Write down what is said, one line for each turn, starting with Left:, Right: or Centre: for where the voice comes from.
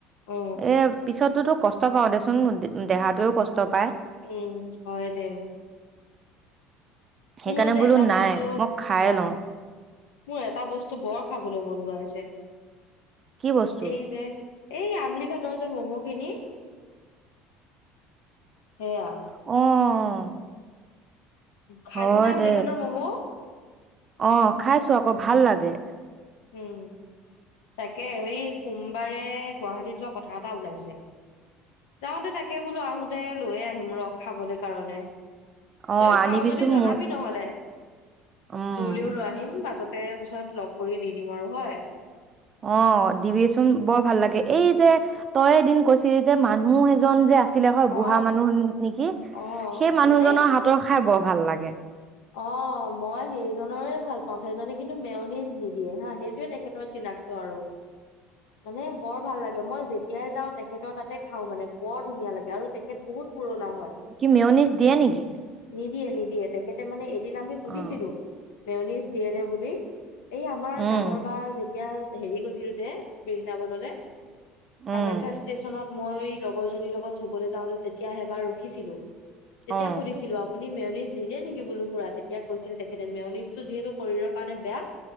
Left: অ
Right: এ পিছতোতো কষ্ট কষ্ট পাওঁ দেচোন দেহটোও কষ্ট পায়।
Left: উম হয় দে।
Right: সেইকাৰণে
Left: মোৰ যে
Right: বোলো
Left: এটা বস্তু
Right: নাই মই খাই
Left: অ
Right: লওঁ
Left: মোৰ এটা বস্তু বৰ খাবলৈ মন গৈ আছে।
Right: কি বস্তু?
Left: এই যে এই আমলি ঘাটৰ যে মম' খিনি সেয়া।
Right: অ',
Left: খাইছনে
Right: হয়
Left: আমলি
Right: দে।
Left: ঘাটৰ ম'ম'?
Right: অ খাইছো আকৌ ভাল লাগে।
Left: উম তাকে সেই সোমবাৰে গুৱাহাটীত যোৱা কথা এটা ওলাইছে যাওঁতে তাকে বোলো আহোতে লৈয়ে আহিম ৰস খাবলৈ কাৰণে-
Right: অ',
Left: তইয়ও খাও
Right: আনিবিচোন
Left: যদি জনাবি
Right: মোৰ
Left: নহলে
Right: উম,
Left: তুলিও লৈ আহিম বাটত- তাৰ পিছত লগ- কৰি দি দিম আৰু হয়।
Right: অ দিবিচোন বৰ ভাল লাগে এই যে তই এদিন কৈছিলি যে মানুহ এইজন যে- আছিলে হয় বুঢ়া
Left: অ
Right: মানুহ নেকি
Left: অ
Right: সেই মানুহজনৰ
Left: মানে
Right: হাতৰ খাই বৰ ভাল লাগে
Left: অ মই সেইজৰে ভাল পাওঁ সেইজনে কিন্তু মেওনিজ নিদিয়ে হা সেইটোয়ে তেখেতৰ চিনাক্ত আৰু মানে বৰ ভাল লাগে মই যেতিয়াই যাওঁ তেখেতৰ তাতে খাওঁ মানে বৰ ধুনীয়া লাগে আৰু তেখেত বহুত- পুৰণা
Right: কি মেয়নিজ দিয়ে নেকি-
Left: দি নিদয়ে নিদিয়ে। তাতে মানে। এদিন আমি সুধিছিলো
Right: অ'
Left: মেওনিজ দিয়ে নে বুলি এই আমাৰ
Right: উম,
Left: ডাঙৰ বা যে এতিয়া হেৰি গৈছিল যে বৃন্দাবনলৈ
Right: উম,
Left: কামাখ্যা ষ্টেচনত মই লগৰ জনীৰ লগত থবলৈ যাওঁতে তেতিয়া এবাৰ ৰখিছিলো। তেতিয়া
Right: অ',
Left: সুধিছিলো আ। মেওনিজ নিদে নকি বোলো ফুৰা তেতিয়া কৈছিল তেখেতে মেওনিজটো যিহেতু শৰীৰৰ কাৰণে বেয়া